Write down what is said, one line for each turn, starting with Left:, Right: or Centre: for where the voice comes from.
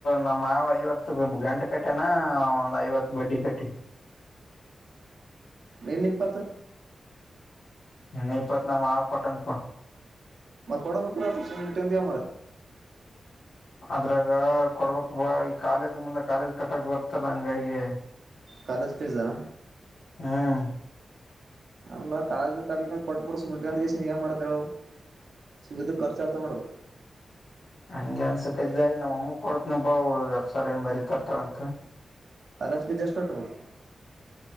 Left: ನಮ್ಮ ಮಾವ ಐವತ್ತು ಐವತ್ತ ಗಂಟ್ ಕಟ್ಟ್ಯಾನ ಹ್ ಒಂದ್ ಐವತ್ತ್ ಬಡ್ಡಿ ಕಟ್ಟಿವಿ
Right: ಇನ್ನ್ ಇಪ್ಪತ್ತು
Left: ಇನ್ನ್ ಇಪ್ಪತ್ತ ನಮ್ಮ ಮಾವ್ ಕೊಟ್ಟನಪಾ
Right: ಮತ್ತ್ ಕೊಡಬೇಕಿಲ್ ಆತಗ್ ಸುಮ್ಮ್ ಇಟಗೊಂಡ ಏನ್ ಮಾಡ್ತಿ
Left: ಅದರಾಗ ಕೊಡಬೇಕಪಾ ಈ ಕಾಲೇಜ್ ಕಾಲೇಜ್ ಕಟ್ಟಾಕ್ ಬರತಲ್ ಹಂಗಾಗಿ
Right: ಕಾಲೇಜ್ ಫೀಸ್ ಆ
Left: ಹ್ಮ್ಮ್
Right: ಅಲ್ಲಾ ಕಾಲೇಜಿಗೆ ಕಟ್ಟಲಿಲ್ಲ ಅಂದ್ರ ಕೊಟ್ಟ ಬಿಡು ಸುಮ್ಮ್ ಇಟಗೊಂಡು ಕೆಸಿ ಎನ್ ಮಾಡ್ತಿ ಹೇಳ ಸುಮ್ಮ ಇದ್ದಿದ್ ಖರ್ಚ್ ಆಗತಾವ್ ನೋಡ್
Left: ಹಂಗೆ ಅನಸಕತ್ದ ಈಗ ನಮ್ಮಮ್ ಕೊಡತಿನಪ ಹತ್ತ ಸಾವಿರ ಏನ ಮರಿ ತರತಾಳ ಅಂತ
Right: ಕಾಲೇಜ್ ಫೀಸ್ ಎಸ್ಟ್ ಕಟ್ಟಬೇಕ್